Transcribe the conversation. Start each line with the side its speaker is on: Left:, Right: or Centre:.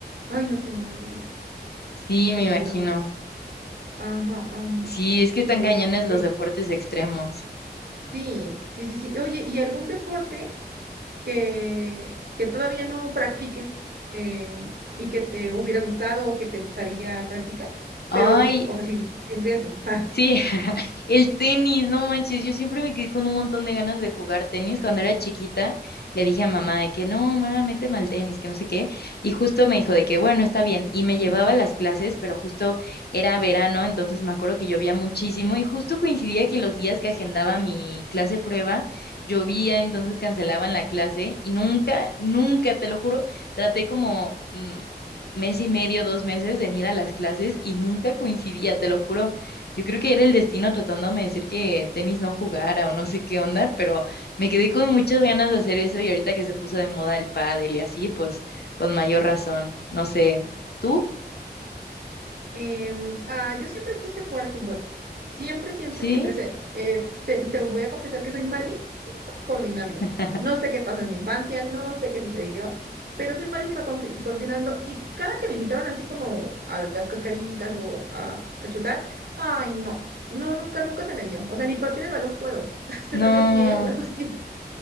Right: ay, no sé, me da cosita.
Left: Sí,
Right: Sería
Left: me imagino.
Right: lo, ajá, am,
Left: Sí, es que
Right: y
Left: están
Right: pues
Left: cañones los
Right: creo
Left: deportes extremos.
Right: Sí, sí, sí, sí. Oye, ¿y algún deporte que, que todavía no practiques eh, y que te hubiera gustado o que te gustaría practicar?
Left: Ay,
Right: Pero, o sea, sin, sin riesgo. <laughs>
Left: Sí, <laughs> el tenis, no manches, yo siempre me quedé con un montón de ganas de jugar tenis. Cuando era chiquita, le dije a mamá de que no, mamá, méteme al tenis, que no sé qué. Y justo me dijo de que bueno, está bien. Y me llevaba a las clases, pero justo era verano, entonces me acuerdo que llovía muchísimo y justo coincidía que los días que agendaba mi clase prueba, llovía, entonces cancelaban la clase y nunca, nunca, te lo juro, traté como... mm, mes y medio, dos meses en ir a las clases y nunca coincidía, te lo juro. Yo creo que era el destino tratándome de decir que tenis no jugara o no sé qué onda, pero me quedé con muchas ganas de hacer eso y ahorita que se puso de moda el pádel y así, pues con mayor razón. No sé, ¿tú?
Right: Em, ah, yo siempre quise jugar fútbol. Siempre, siempre,
Left: ¿Sí?
Right: siempre sé. Eh, te, te voy a confesar que soy malísima coordinando.
Left: <laughs>
Right: No sé qué pasó en mi infancia, no sé qué sucedió, pero soy malísima confi- coordinando. Y cada que me invitaban así como a las cascaritas o a, a chutar, ay, no, no, nunca, nunca se me dio. O sea, ni patear el balón puedo. <laughs> Se
Left: No,
Right: me va el pie o algo así.